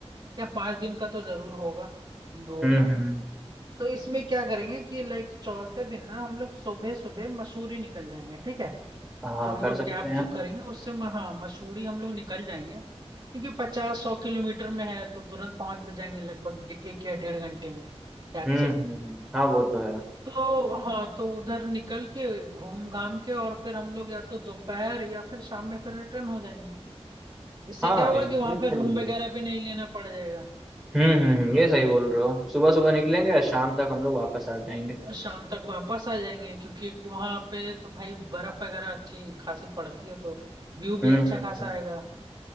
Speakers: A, on the right; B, in the centre.
A: या पाँच दिन का तो जरूर होगा हम लोगों
B: हम्म
A: का
B: हम्म,
A: तो इसमें क्या करेंगे कि लाइक चौथे दिन ना हम लोग सुबह सुबह मसूरी निकल जाएंगे ठीक है
B: हाँ
A: जो हम
B: कर
A: लोग
B: सकते
A: कैब
B: हैं
A: जो करेंगे उससे म- हाँ मसूरी हम लोग निकल जाएंगे क्योंकि पचास सौ किलोमीटर में है तो तुरंत पहुंच भी जाएंगे लगभग डे- एक या डेढ़ घंटे में कैब
B: हम्म
A: से
B: हम्म हम्म, हाँ वो तो है
A: तो हाँ तो उधर निकल के घूम घाम के और फिर हम लोग या तो दोपहर या फिर शाम में फिर रिटर्न हो जाएंगे इससे
B: हाँ
A: क्या होगा
B: ये
A: कि वहां
B: सही
A: पे रूम
B: है
A: वगैरह भी नहीं लेना पड़ जाएगा
B: हम्म हम्म हम्म, ये सही बोल रहे हो सुबह सुबह निकलेंगे और शाम तक हम लोग वापस आ जाएंगे
A: शाम तक वापस आ जाएंगे क्योंकि वहां पे तो भाई बर्फ वगैरह अच्छी खासी पड़ती है तो व्यू भी
B: हम्म
A: अच्छा
B: हम्म
A: खासा
B: हम्म
A: आएगा